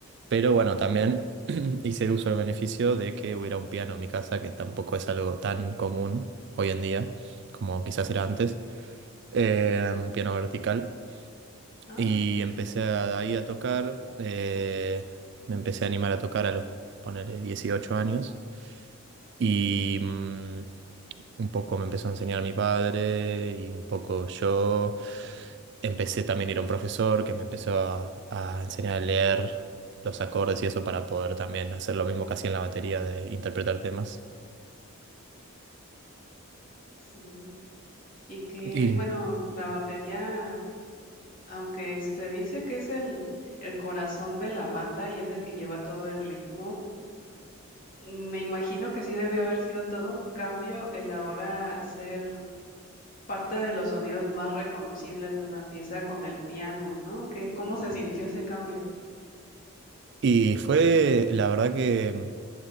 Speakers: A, on the right; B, on the left.
A: Pero bueno, también <clears throat> hice uso del beneficio de que hubiera un piano en mi casa, que tampoco es algo tan común hoy en día como quizás era antes, eh, un piano vertical.
B: Ah,
A: Y empecé a- ahí a tocar, eh, me empecé a animar a tocar a los, ponele, 18 años. Y mm, un poco me empezó a enseñar mi padre y un poco yo. Empecé también a ir a un profesor que me empezó a, a enseñar a leer los acordes y eso para poder también hacer lo mismo que hacía en la batería de interpretar temas.
B: sí. Y que,
A: Y,
B: bueno, la batería... aunque se dice que es el, el corazón de la banda y es el que lleva todo el ritmo, me imagino que sí debió haber sido todo un cambio el ahora ser parte de los sonidos más reconocibles de una pieza con el piano, ¿no? ¿Qué, cómo se sintió ese cambio?
A: y fue, la verdad que...